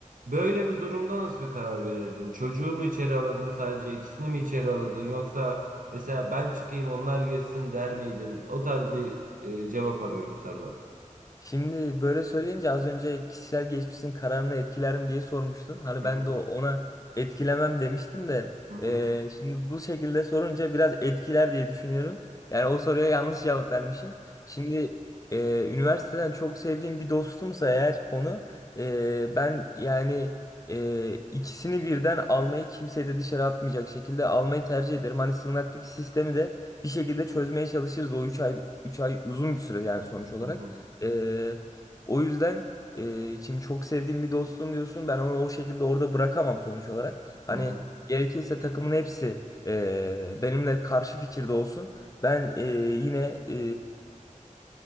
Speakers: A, on the right; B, on the left.
A: Böyle bir durumda nasıl bir karar verirdin? Çocuğu mu içeri alırdın sadece? ikisini mi içeri alırdın? Yoksa Mesela ben çıkayım onlar girsin der miydin? O tarz bir e, cevap arıyorum senden.
B: Şimdi böyle söyleyince az önce kişisel geçmişin kararını etkiler mi diye sormuştun. Hani
A: Hı
B: ben
A: hı.
B: de o- ona etkilemem demiştim de
A: Hı hı.
B: eee, şimdi bu şekilde sorunca biraz etkiler diye düşünüyorum. Yani o soruya yanlış cevap vermişim. Şimdi eee, üniversiteden çok sevdiğim bir dostumsa eğer konu eee, ben yani eee, ikisini birden almayı kimseyi de dışarı atmayacak şekilde almayı tercih ederim. Hani sığınaklık sistemi de bir şekilde çözmeye çalışırız. O üç ay üç ay uzun bir süre yani sonuç olarak.
A: Hı hı.
B: Ee, o yüzden e, şimdi çok sevdiğim bir dostum diyorsun. Ben onu o şekilde orada bırakamam sonuç olarak. Hani
A: Hı hı.
B: gerekirse takımın hepsi e, benimle karşı fikirde olsun. Ben e, yine e,